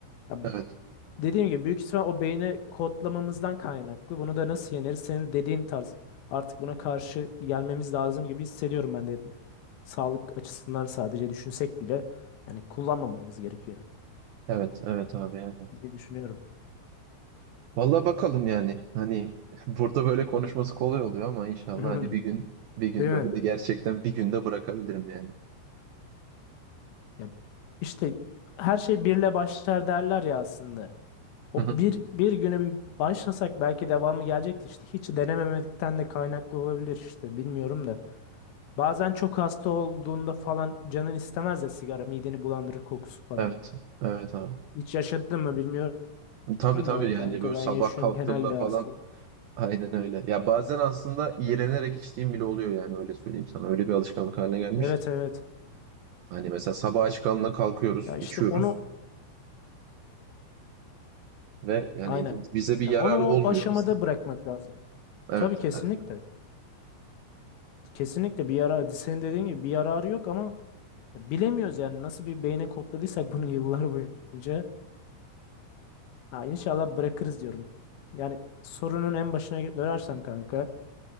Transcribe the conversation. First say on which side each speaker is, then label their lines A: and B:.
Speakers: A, on the left; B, on the right.
A: ya
B: Evet.
A: Dediğim gibi büyük ihtimal o beyni kodlamamızdan kaynaklı. Bunu da nasıl yeneriz? Senin dediğin tarz. Artık buna karşı gelmemiz lazım gibi hissediyorum ben de. Sağlık açısından sadece düşünsek bile yani kullanmamamız gerekiyor
B: Evet, evet abi yani.
A: diye düşünüyorum.
B: Vallahi bakalım yani. Hani <laughs> burada böyle konuşması kolay oluyor ama inşallah
A: <laughs>
B: hani bir gün bir gün
A: Değil
B: böyle
A: mi?
B: de gerçekten bir günde bırakabilirim yani.
A: Ya işte her şey birle başlar derler ya aslında. O
B: Hı hı.
A: bir bir güne bir başlasak belki devamı gelecekti işte. Hiç denememekten de kaynaklı olabilir işte. Bilmiyorum da. Bazen çok hasta olduğunda falan canın istemez ya sigara mideni bulandırır kokusu falan.
B: Evet. Evet abi.
A: Hiç yaşadın mı bilmiyorum
B: Tabii tabii
A: da
B: yani
A: kanka
B: böyle
A: ben
B: sabah
A: yaşıyorum
B: kalktığımda
A: genelde
B: falan
A: hasta.
B: aynen öyle. Ya bazen aslında iğrenerek içtiğim bile oluyor yani öyle söyleyeyim sana. Öyle bir alışkanlık haline gelmiş
A: Evet
B: ki.
A: evet.
B: Hani mesela sabah aç karnına kalkıyoruz,
A: Ya işte
B: içiyoruz
A: onu
B: ve yani
A: aynen.
B: bize bir
A: Ya
B: yararı
A: onu o
B: olmuyor
A: aşamada
B: aslında.
A: bırakmak lazım.
B: Evet.
A: Tabii kesinlikle.
B: evet.
A: Kesinlikle bir yara senin dediğin gibi bir yararı yok ama ya bilemiyoruz yani nasıl bir beyne kodladıysak <laughs> bunu yıllar boyunca. Ha, inşallah bırakırız diyorum. Yani sorunun en başına dönersem kanka.